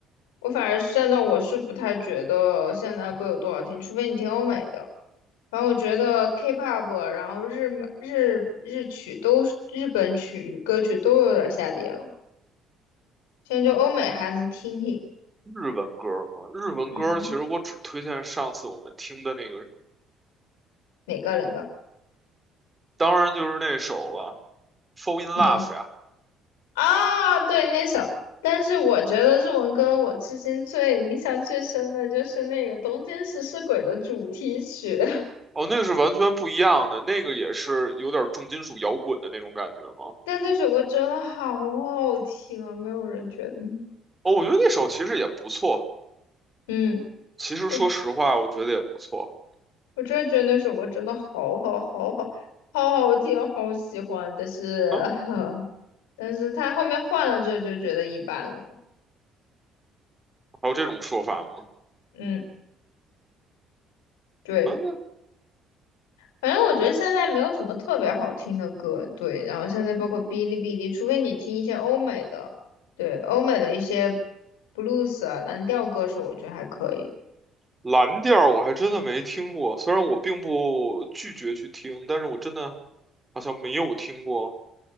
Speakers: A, on the left; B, on the right.
A: 我反而现在我是不太觉得现在歌有多好听，除非你听欧美的。然后我觉得 K-pop，然后日日日曲都是日本曲歌曲都有点下跌了。现在就欧美还能听听，
B: 日文歌吗？日文歌其实我只推荐上次我们听的那个，
A: 嗯，哪个哪个
B: 当然就是那首了，《Fall in Love》呀。
A: 哪啊？对，那首。但是我觉得日文歌我至今最印象最深的就是那个《东京食尸鬼》的主题曲，<laughs>
B: 哦，那个是完全不一样的，那个也是有点重金属摇滚的那种感觉吗？
A: 但那首歌真的好好听啊！没有人觉得吗？
B: 哦，我觉得那首其实也不错，
A: 嗯，
B: 其实说实话，
A: 我
B: 我觉得也不错。
A: 我真的觉得那首歌真的好好好好好好听，好喜欢。但是，
B: 嗯，
A: <laughs> 但是他后面换了之后就觉得一般了。
B: 还有这种说法吗？
A: 嗯，对。
B: 嗯，
A: 反正我觉得现在没有什么特别好听的歌，对。然后现在包括哔哩哔哩，除非你听一些欧美的，对，欧美的一些 blues 啊、蓝调歌手，我觉得还可以。
B: 蓝调我还真的没听过，虽然我并不拒绝去听，但是我真的好像没有听过。